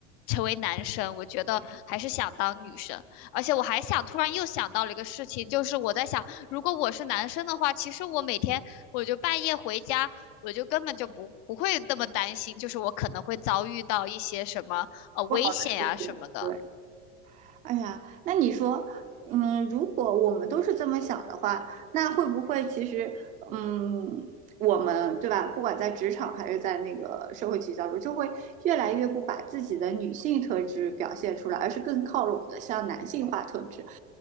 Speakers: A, on the left (about 30°); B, on the right (about 20°).
A: 成为男生，我觉得还是想当女生。而且我还想，突然又想到了一个事情，就是我在想，如果我是男生的话，其实我每天我就半夜回家，我就根本就不不会那么担心，就是我可能会遭遇到一些什么呃危险啊什么的。
B: 不好的事情。对，哎呀，那你说，嗯，如果我们都是这么想的话，那会不会其实，嗯，我们对吧？不管在职场还是在那个社会聚焦中，就会越来越不把自己的女性特质表现出来，而是更靠拢的向男性化特质。